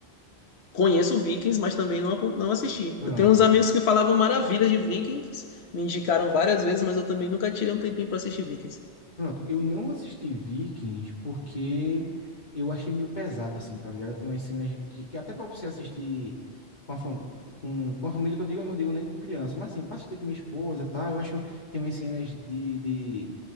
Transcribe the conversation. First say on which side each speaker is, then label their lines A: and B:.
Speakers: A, on the left; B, on the left.
A: Conheço Vikings, mas também não, acu- não assisti.
B: Pronto.
A: Eu tenho uns amigos que falavam maravilhas de Vikings, me indicaram várias vezes, mas eu também nunca tirei um tempinho pra assistir Vikings.
B: Pronto. Eu não assisti Vikings porque eu achei meio pesado, assim, tá ligado? Tem umas cenas que, que até pra você assistir com a, fam com, com a família, que eu digo, eu não digo nem com criança, mas assim, pra assistir com minha esposa, tá? Eu acho tem umas cenas de, de